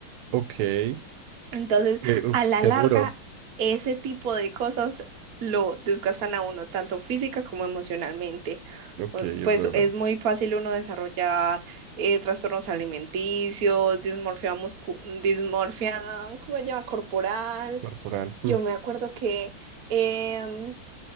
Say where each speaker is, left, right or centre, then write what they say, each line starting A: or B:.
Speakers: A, on the right; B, on the right.
A: Ok, que,
B: Entonces,
A: uf,
B: a la
A: qué
B: larga,
A: duro.
B: ese tipo de cosas lo desgastan a uno, tanto física como emocionalmente.
A: Ok,
B: O-
A: es
B: Pues
A: verdad.
B: es muy fácil uno desarrollar eh, trastornos alimenticios, dismorfia muscu- dismorfia, ¿cómo se llama? Corporal.
A: Corporal.
B: Yo
A: Mm.
B: me acuerdo que em,